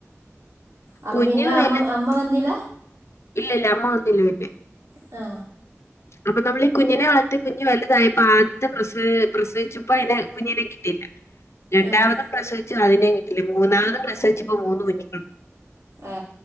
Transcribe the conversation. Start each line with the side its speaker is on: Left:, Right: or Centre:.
Right: അപ്പൊപിന്നെ
Left: കുഞ്ഞു
Right: അമ്മ
Left: വലുതാ
Right: അമ്മ വന്നില.
Left: ഇല്ല ഇല്ല. അമ്മ വന്നില്ല പിന്നെ.
Right: ആ.
Left: അപ്പൊ നമ്മള് ഈ കുഞ്ഞിനെ വളർത്തി കുഞ്ഞ് വലുതായിപ്പൊ ആദ്യത്തെ പ്രസ പ്രസവിച്ചപ്പോ അതിനെ കുഞ്ഞിനെ കിട്ടിയില്ല. രണ്ടാമതും
Right: ആഹ്
Left: പ്രസവിച്ചു അതിനേം കിട്ടിയില്ല. മൂന്നാമതും പ്രസവിച്ചപ്പോ മൂന്ന് കുഞ്ഞുങ്ങളുണ്ട്.
Right: ഏ.